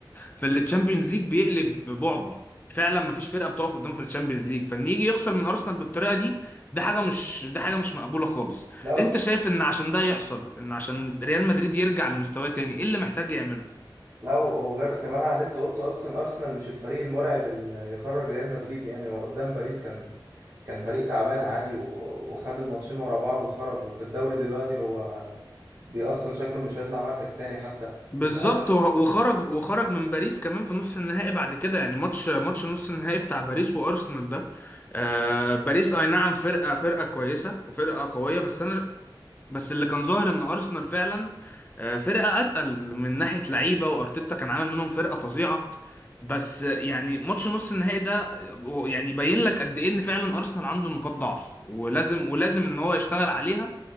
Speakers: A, on the left; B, on the right.
A: في التشامبيونز ليج بيقلب بعبع فعلا ما فيش فرقه بتقف قدامه في الشامبيونز ليج فان يجي يخسر من ارسنال بالطريقه دي ده حاجه مش ده حاجه مش مقبوله خالص
B: لا
A: انت شايف ان عشان ده يحصل ان عشان ريال مدريد يرجع لمستواه تاني ايه اللي محتاج يعمله
B: لا وغير كمان على اللي انت قلته اصلا ارسنال مش الفريق المرعب اللي يخرج ريال مدريد يعني هو قدام باريس كان كان فريق تعبان عادي و- وخد الماتشين ورا بعض وخرج وفي الدوري دلوقتي هو بي اصلا شكله مش هيطلع مركز تاني حتى
A: بالظبط
B: بس انا
A: وه- وخرج وخرج من باريس كمان في نص النهائي بعد كده يعني ماتش ماتش نص النهائي بتاع باريس وارسنال ده آه باريس اي نعم فرقه فرقه كويسه وفرقه قويه بس انا بس اللي كان ظاهر ان ارسنال فعلا آه، فرقه اتقل من ناحيه لعيبه وارتيتا كان عامل منهم فرقه فظيعه بس آه، يعني ماتش نص النهائي ده آه، يعني يبين لك قد ايه ان فعلا ارسنال عنده نقاط ضعف ولازم ولازم ان هو يشتغل عليها